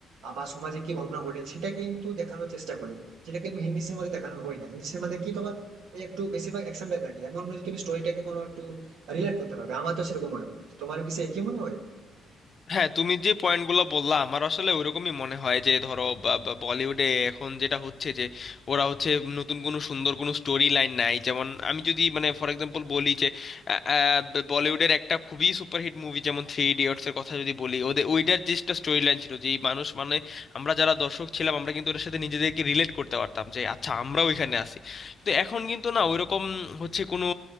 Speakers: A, on the right; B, on the left.
A: আহ, বা সমাজে কি ঘটনা ঘটে সেটা কিন্তু দেখানোর চেষ্টা করে যেটা কিন্তু ইংলিশের মধ্যে দেখানো হয় না ইংলিশের মধ্যে কি তোমার এই একটু বেশিরভাগ অ্যাকশন থাকে এমন নয় যে তুমি স্টোরিটাকে কোনো একটু রিলেট করতে পারবে আমার তো সেরকম মনে হয় তোমারও কি সে একই মনে হয়
B: হ্যাঁ তুমি যে পয়েন্টগুলো বললা আমার আসলে ওইরকমই মনে হয় যে ধরো বা- বা বলিউডে এখন যেটা হচ্ছে যে ওরা হচ্ছে নতুন কোনো সুন্দর কোনো স্টোরি লাইন নাই যেমন আমি যদি মানে ফর এক্সাম্পল বলি যে আহ, আহ, ব- বলিউডের একটা খুবই সুপারহিট মুভি যেমন থ্রি ইডিয়টস এর কথা যদি বলি ওদের ওইটার যেটা স্টোরি লাইন ছিল যে এই মানুষ মানে আমরা যারা দর্শক ছিলাম আমরা কিন্তু ওটার সাথে নিজেদেরকে রিলেট করতে পারতাম যে আচ্ছা আমরাও এখানে আছি তো এখন কিন্তু না ওইরকম হচ্ছে কোনো